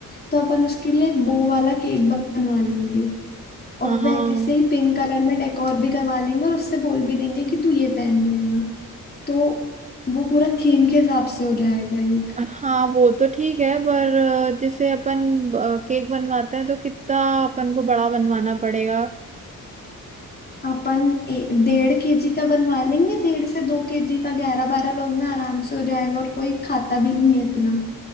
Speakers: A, on the left (about 25°); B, on the right (about 20°).
A: तो अपन उसके लिए एक बो वाला केक बनवा लेंगे और
B: हाँ
A: वैसे ही पिंक कलर में डेकोर भी करवा लेंगे और उससे बोल भी देंगे कि तू ये पहन लेना तो वो पूरा थीम के हिसाब से हो जाएगा एक
B: हाँ वो तो ठीक है पर अ, जैसे अपन केक बनवाते हैं तो कितना अपन को बड़ा बनवाना पड़ेगा
A: अपन ए- डेढ़ केजी का बनवा लेंगे डेढ़ से दो केजी का ग्यारह बारह लोग में आराम से हो जाएगा और कोई खाता भी नहीं है इतना